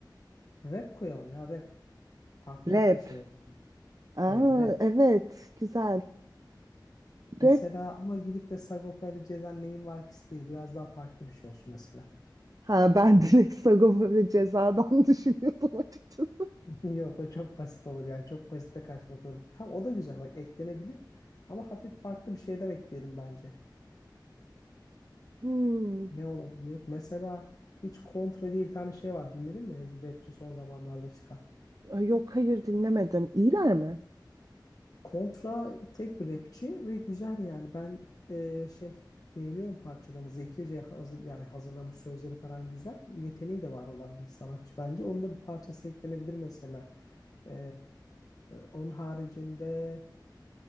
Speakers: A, on the left; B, on the right.
A: rap koyalım ya rap. Farklı
B: Rap.
A: bir ka- şey olsun.
B: Aa,
A: Evet rap.
B: evet, güzel.
A: Mesela
B: Rap.
A: ama gidip de Sagopa ile Ceza neyin var ki değil. Biraz daha farklı bir şey olsun mesela.
B: Ha, ben <laughs> direkt Sagopa ve Ceza'dan <laughs> düşünüyordum açıkçası.
A: <laughs> Yok o çok basit olur yani çok basite kaçmak olur. Tam o da güzel bak eklenebilir ama hafif farklı bir şeyler ekleyelim bence.
B: Hmm.
A: Ne olabilir? Mesela hiç Kontra diye bir tane şey var dinledin mi? Rapçi son zamanlarda çıkan.
B: Ay, Yok hayır dinlemedim. İyiler mi?
A: Kontra tek bir rapçi ve güzel yani ben e, şey beğeniyorum parçalarını. Zekice hazır, yani hazırlamış sözleri falan güzel. Bir yeteneği de var olan bir sanatçı bence. Onun da bir parçası eklenebilir mesela. Ee, onun haricinde